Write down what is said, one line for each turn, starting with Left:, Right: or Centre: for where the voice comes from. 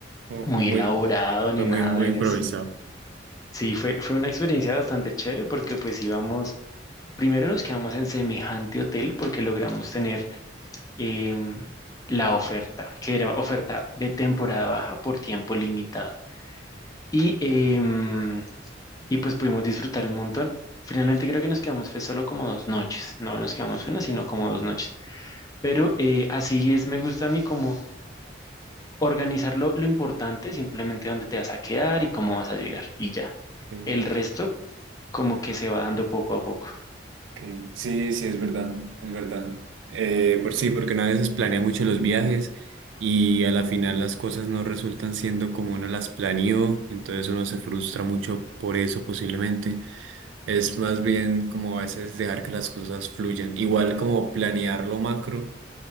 Right: como
Left: muy
Right: como Muy,
Left: elaborado ni
Right: fue muy,
Left: nada
Right: muy
Left: de
Right: improvisado.
Left: eso. Sí, fue, fue una experiencia bastante chévere porque pues íbamos, primero nos quedamos en semejante hotel porque logramos tener em, la oferta, que era oferta de temporada baja por tiempo limitado. y, em, y pues pudimos disfrutar un montón. Finalmente creo que nos quedamos fue solo como dos noches, no nos quedamos una, sino como dos noches. Pero eh, así es, me gusta a mí como organizar lo, lo importante, simplemente dónde te vas a quedar y cómo vas a llegar y ya.
Right: Sí,
Left: El resto como que se va dando poco a poco.
Right: Ok. Sí, sí, es verdad, es verdad. Eh, por sí, porque una vez planea mucho los viajes y a la final las cosas no resultan siendo como uno las planeó, entonces uno se frustra mucho por eso posiblemente. Es más bien como a veces dejar que las cosas fluyan. Igual como planear lo macro,